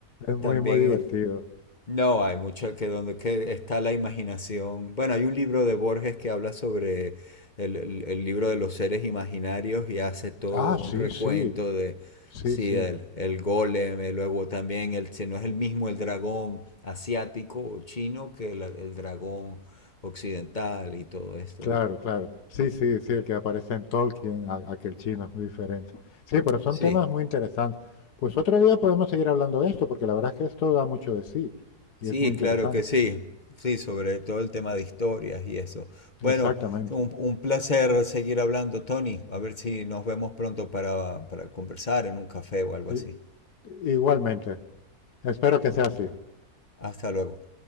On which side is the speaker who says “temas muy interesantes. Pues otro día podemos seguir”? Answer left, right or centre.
Left